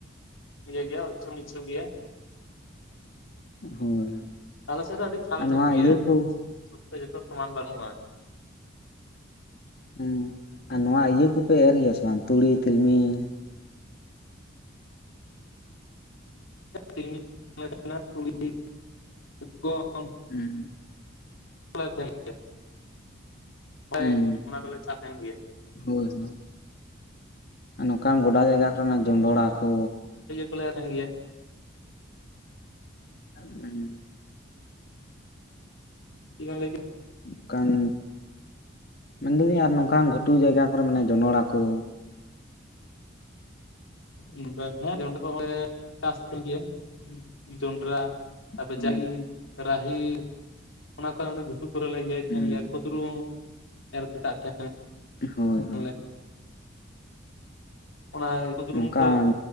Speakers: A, on the left; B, on the left.
A: ᱤᱭᱟᱹ ᱜᱮᱭᱟ ᱩᱪᱩ ᱱᱤᱪᱩ ᱜᱮᱭᱟ ᱾
B: ᱦᱳᱭ
A: ᱟᱞᱮ ᱥᱮᱫ ᱫᱚ ᱟᱹᱰᱤ ᱪᱷᱟᱱ
B: ᱟᱨ ᱱᱚᱣᱟ
A: ᱰᱷᱤᱯ ᱜᱮᱭᱟ
B: ᱤᱭᱟᱹ ᱠᱚ
A: ᱥᱚᱵᱽᱛᱮ ᱡᱚᱛᱚ ᱥᱚᱢᱟᱱ ᱵᱟᱹᱱᱩᱜᱼᱟ ᱾
B: ᱦᱩᱸ ᱟᱨ ᱱᱚᱣᱟ ᱤᱭᱟᱹ ᱠᱚᱯᱮ ᱮᱨ ᱜᱮᱭᱟ ᱥᱮ ᱵᱟᱝ ᱛᱩᱲᱤ ᱛᱤᱞᱢᱤᱧ
A: ᱛᱤᱞᱢᱤᱧ ᱛᱟᱦᱮᱸᱱᱟ ᱛᱩᱲᱤ <inaudible> ᱜᱩᱦᱩᱢ
B: ᱦᱮᱸ
A: ᱚᱱᱟ ᱠᱚᱞᱮ <inaudible> ᱦᱳᱭ
B: ᱦᱮᱸ
A: ᱚᱱᱟ ᱫᱚᱞᱮ ᱪᱲᱥ ᱮᱫ ᱜᱮᱭᱟ ᱾
B: ᱦᱳᱭ ᱥᱮ ᱵᱟᱝ? ᱟᱨ ᱱᱚᱝᱠᱟᱱ ᱜᱚᱰᱟ ᱡᱟᱜᱟ ᱠᱚᱨᱮᱱᱟᱜ ᱡᱚᱸᱱᱰᱨᱟ ᱠᱚ
A: ᱯᱮᱞᱮᱱ ᱠᱟᱱ ᱜᱮᱭᱟ ᱾
B: ᱦᱩᱸ
A: ᱪᱮᱛ ᱠᱚᱢ ᱞᱟᱹᱭ ᱠᱮᱜᱼ ᱟ ᱾
B: ᱚᱱᱠᱟᱱ ᱢᱮᱱ ᱫᱟᱹᱞᱤᱧ ᱟᱨ ᱱᱚᱝᱠᱟᱱ ᱜᱷᱩᱴᱩ ᱡᱟᱭᱜᱟ ᱠᱚᱨᱮ ᱢᱟᱱᱮ ᱡᱚᱱᱚᱲᱟ ᱠᱚ
A: ᱢᱤᱫ ᱵᱟᱨ ᱦᱮᱸ ᱡᱚᱱᱰᱨᱟ ᱠᱚ ᱦᱚᱸ ᱞᱮ ᱪᱟᱥ ᱛᱟᱦᱮᱫ ᱜᱮᱭᱟ ᱡᱚᱱᱰᱨᱟ <unintelligible> ᱛᱟᱨᱯᱚᱨᱮ
B: ᱦᱩᱸ
A: ᱡᱟᱝ ᱨᱟᱦᱮᱲ ᱚᱱᱟ ᱠᱚ <unintelligible> ᱜᱷᱩᱴᱩ ᱠᱚᱨᱮᱞᱮ ᱤᱭᱟᱹᱭ ᱛᱟᱦᱮᱸᱱ
B: ᱦᱩᱸ
A: ᱜᱮᱭᱟ ᱠᱩᱫᱽᱨᱩᱢ ᱮᱨ ᱠᱟᱜ ᱛᱟᱦᱮᱸᱱ <unintelligible>
B: ᱦᱳᱭ
A: ᱱᱚᱠᱮ
B: ᱦᱳᱭ
A: <unintelligible> ᱚᱱᱟ ᱠᱩᱫᱨᱩᱢ
B: ᱱᱚᱝᱠᱟᱱ
A: ᱠᱚ